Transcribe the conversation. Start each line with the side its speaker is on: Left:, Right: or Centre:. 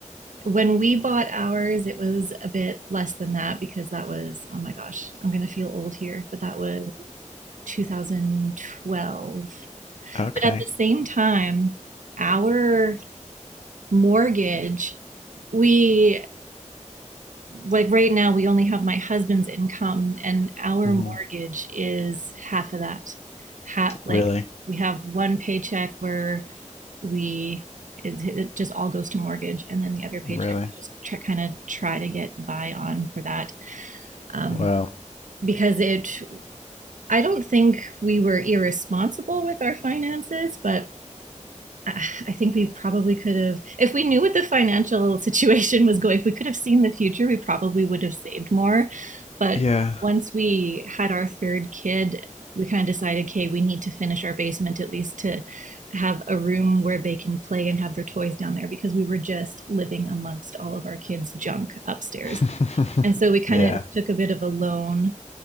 Right: when we bought ours, it was a bit less than that because that was, oh my gosh, I'm going to feel old here, but that was 2012.
Left: Okay.
Right: But at the same time, our mortgage, we like right now, we only have my husband's income, and our
Left: hmm
Right: mortgage is half of that. Ha like
Left: Really?
Right: we have one paycheck where we it, it just all goes to mortgage and then the other paycheck
Left: Really?
Right: we just tr- kind of try to get by on for that um,
Left: Wow.
Right: because it i don't think we were irresponsible with our finances but <sighs> I think we probably could have, if we knew what the financial <laughs> situation was going, if we could have seen the future, we probably would have saved more. But
Left: Yeah.
Right: once we had our third kid, we kind of decided, okay, we need to finish our basement at least to have a room where they can play and have their toys down there because we were just living amongst all of our kids' junk upstairs.
Left: <laughs>
Right: And so we kind
Left: Yeah.
Right: of took a bit of a loan